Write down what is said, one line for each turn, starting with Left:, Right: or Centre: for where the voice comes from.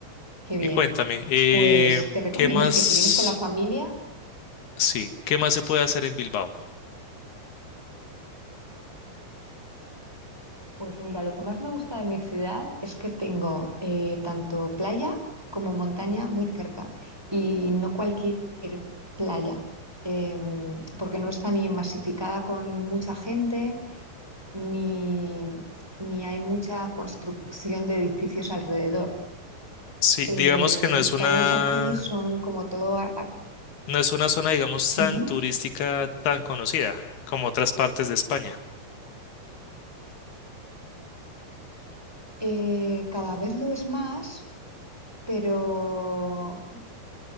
Centre: Qué bien.
Left: Y cuéntame, eh,
Centre: Pues te recomiendo
Left: ¿qué más,
Centre: es que si vienes con la familia,
Left: sí, qué más se puede hacer en Bilbao?
Centre: pues mira, lo que más me gusta de mi ciudad es que tengo eh, tanto playa como montaña muy cerca y no cualquier playa, em, porque no está ni masificada con mucha gente, ni, ni hay mucha construcción de edificios alrededor.
Left: Sí,
Centre: Eh,
Left: digamos que no
Centre: las
Left: es una,
Centre: playas aquí son como todo... a- a-
Left: no es una zona, digamos, tan
Centre: Ujú.
Left: turística, tan conocida como otras partes de España.
Centre: Eh, cada vez lo es más, pero